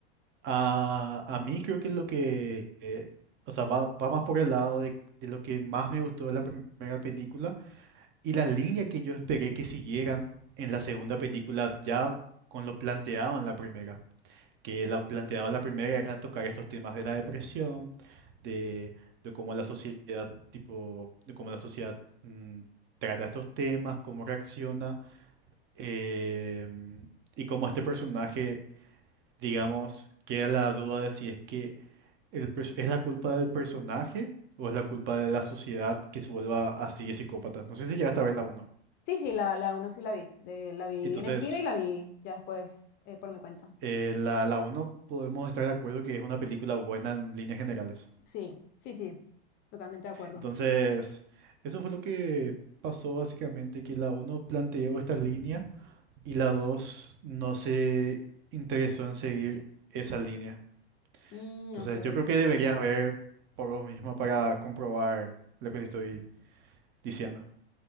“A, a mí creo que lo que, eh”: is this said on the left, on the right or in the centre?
Right